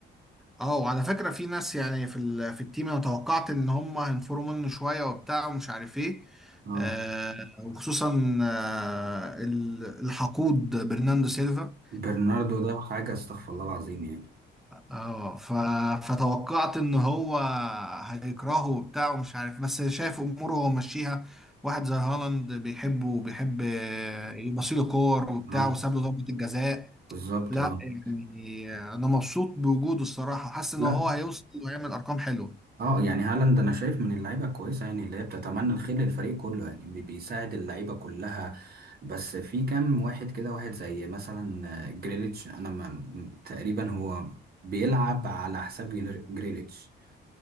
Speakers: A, in the centre; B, on the right.
A: اه وعلى فكرة في ناس يعني في ال... في التيم انا توقعت ان هم هينفروا منه شوية وبتاع ومش عارف ايه
B: اه
A: آه وخصوصا آه ال- الحقود برناندو سيلفا
B: برناردو ده حاجه استغفر الله العظيم يعني
A: اه ف... فتوقعت ان هو هيكرهه وبتاع ومش عارف بس شايف اموره هو ماشيها واحد زي هالاند بيحبه وبيحب يبصيله كور وبتاع
B: اه
A: وساب له ضربة الجزاء
B: بالظبط
A: لا
B: اه
A: يعني انا مبسوط بوجوده الصراحة حاسس ان
B: لا
A: هو هيوصل ويعمل ارقام حلوة
B: اه يعني هالاند انا شايف من اللعيبه الكويسه يعني اللي هي بتتمنى الخير للفريق كله يعني بي- بيساعد اللعيبه كلها بس في كام واحد كده واحد زي مثلا آه، جريليتش انا ما م- تقريبا هو بيلعب على حساب جيل- جريليتش